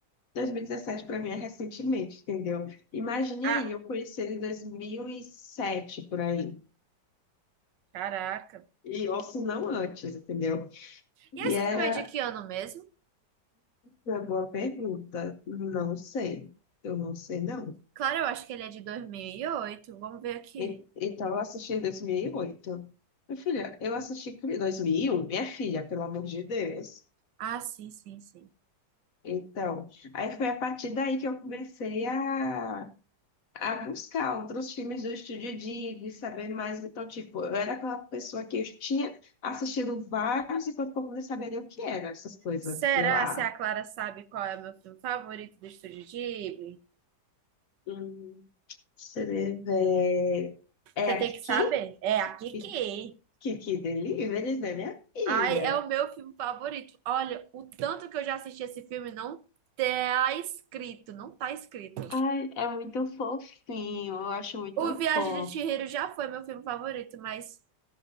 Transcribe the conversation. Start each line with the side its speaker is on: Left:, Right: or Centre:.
Left: 2017 para mim é recentemente, entendeu? Imagine
Right: Ah,
Left: aí, eu conheci ele em 2007 por aí.
Right: caraca.
Left: E ou se não antes, entendeu?
Right: E
Left: E
Right: esse
Left: era
Right: filme é de que ano mesmo?
Left: uma boa pergunta. Não sei. Eu não sei, não.
Right: Claro, eu acho que ele é de 2008. Vamos ver aqui.
Left: E- Então, eu assisti em 2008. Minha filha, eu assisti em 2001, minha filha, pelo amor de Deus.
Right: Ah, sim, sim, sim.
Left: Então, aí foi a partir daí que eu comecei a, a buscar outros filmes do Estúdio Ghibli, saber mais. Então, tipo, eu era aquela pessoa que eu tinha assistido vários enquanto eu não sabia o que eram essas coisas.
Right: Será
Left: E eu lá,
Right: se a Clara sabe qual é o meu filme favorito do Estúdio Ghibli?
Left: hum, você vê, é
Right: Você
Left: é aqui?
Right: tem que saber. É a Kiki.
Left: Que, que, que delírio, né, minha filha?
Right: Ai, é o meu filme favorito. Olha, o tanto que eu já assisti esse filme não tá escrito, não tá escrito.
Left: Ai, é muito fofinho, eu acho muito
Right: O Viagem
Left: fofo.
Right: de Chihiro já foi meu filme favorito, mas